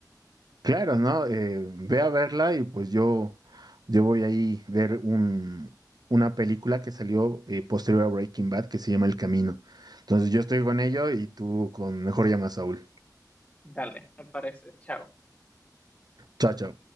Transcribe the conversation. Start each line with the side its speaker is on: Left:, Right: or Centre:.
Right: Claro, ¿no? Eh, ve a verla y pues yo, yo voy ahí ver un, una película que salió eh, posterior a Breaking Bad que se llama El Camino. Entonces yo estoy con ello y tú con Mejor llama a Saúl.
Left: Dale, me parece. Chao.
Right: Chao, chao.